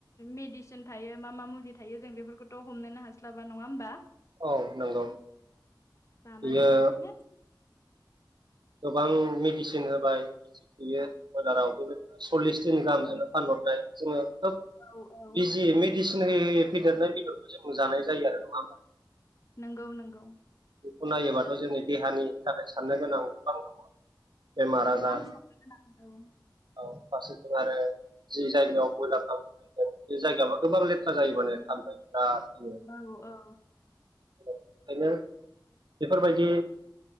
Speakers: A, on the left; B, on the right.
A: मेडिसिन थायो मा मा मुलि थायो जों बेफोरखौथ' हमनोनो हास्लाबा नङा होमबा?
B: औ नंगौ।
A: जानानै
B: बियो
A: बिदिनो
B: गोबां मेडिसिन होबाय ‌ थायो ब्रयलाराव बे सल्लिस दिन गाहामजोंनो फानहरनाय जोङो खोब
A: औ औ
B: बिजि मेडिसिन होयै होयै फेदेरनाय बेदरखौ जों जानाय जायो आरो नङा होमबा?
A: नोंगौ नोंगौ ।
B: बेखौ नायोबाथ' जोंनि देहानि थाखाय साननो गोनां गोबां दङ'। बेमार
A: गोबां
B: आजार
A: साननो गोनां
B: औ फारसेजों आरो जि जायगायाव बयलार खालाम बे जायगाबा गोबां लेथ्रा जायो माने थामफै बिराद फैयो
A: औ औ।
B: ओंखायनो बेफोरबायदि